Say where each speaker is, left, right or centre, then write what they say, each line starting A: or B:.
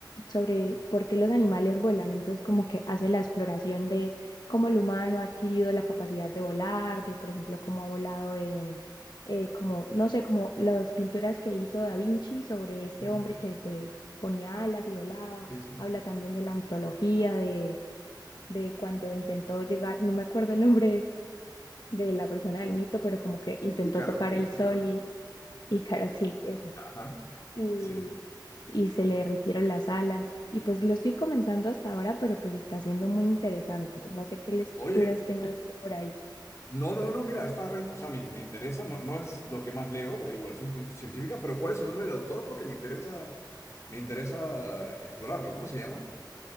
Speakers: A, on the left; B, on the left.
A: sobre por qué los animales vuelan. Entonces, como que hace la exploración de cómo el humano ha adquirido la capacidad de volar, de, por ejemplo, cómo ha volado en, eh, como, no sé, como las pinturas que hizo Da Vinci sobre este
B: sí,
A: hombre que se ponía alas y volaba.
B: sí, sí.
A: Habla también de la mitología, de, de cuando intentó llegar, no me acuerdo el nombre de la persona del mito, pero como que intentó
B: Ícaro,
A: tocar el
B: Ícaro.
A: sol y, y cara sí, eso
B: Ajá,
A: y,
B: sí.
A: y se le derritieron las alas. Y pues lo estoy comenzando hasta ahora, pero pues está siendo muy interesante. No sé qué lecturas
B: Oye,
A: tengas tú por ahí.
B: no, no, no, no, mira, está re, o sea, me, me interesa, no, no es lo que más leo, la divulgación cien- científica, pero ¿cuál es el nombre del autor? Porque me interesa, me interesa explorarlo. ¿Cómo se llama?